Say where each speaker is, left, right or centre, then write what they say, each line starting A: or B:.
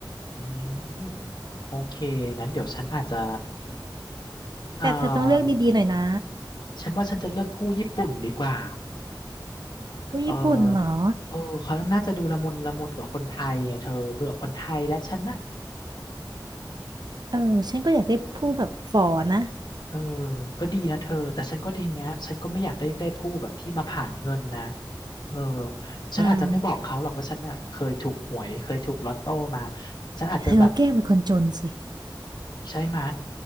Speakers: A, on the left; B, on the right.
A: อืมโอเคงั้นเดี๋ยวฉันอาจจะเอ่อ
B: แต่เธอต้องเลือกดีๆหน่อยนะ
A: ฉันว่าฉันจะเลือกผู้ญี่ปุ่นดีกว่า
B: ผู้ญี่ปุ่นเหรอ
A: เออเออเขาน่าจะดูละมุนละมุนกว่าคนไทยไงเธอเบื่อคนไทยและฉันน่ะ
B: เออฉันก็อยากได้ผู้แบบฝอนะ
A: เออก็ดีนะเธอแต่ฉันก็ทีเนี้ยฉันก็ไม่อยากได้ได้ผู้แบบที่มาผ่านเงินนะเออฉันอาจจะไม่บอกเขาหรอกว่าฉันเนี่ยเคยถูกหวยเคยถูกลอตโต้มา
B: อืม
A: ฉันอาจจะแบบ
B: เธอก็แกล้งเป็นคนจนสิ
A: ใช่ไหมะ